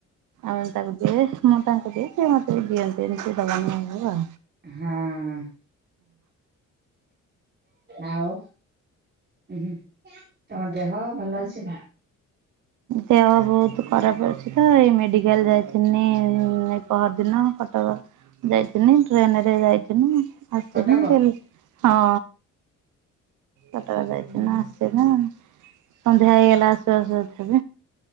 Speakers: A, on the right; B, on the right.
A: ଆଉ ମୁଁ ତାକୁ ଦିଏ। ମୁଁ ତାଙ୍କୁ ଦିଏ ସେ ମତେ ବି ଦିଅନ୍ତି ଏମିତି ଦେବା ନେବା ଆଉ।
B: ହଁ, ଆଉ। ହୁଁ ତମ ଦେହ ଭଲ ଅଛି ନା।
A: ଦେହ ବହୁତ ଖରାପ ଅଛି ତ ଏଇ ମେଡ଼ିକାଲ ଯାଇଥିନି। ପହର ଦିନ କଟକ ଯାଇଥିନି ଟ୍ରେନ ରେ ଯାଇଥିନି ଆସିିନି।
B: କଟକ?
A: ହଁ। କଟକ ଯାଇକି
B: ହୁଁ
A: ନା ଆସିଲୁ ସନ୍ଧ୍ୟା ହେଇଗଲା ଆସୁ ଆସୁ।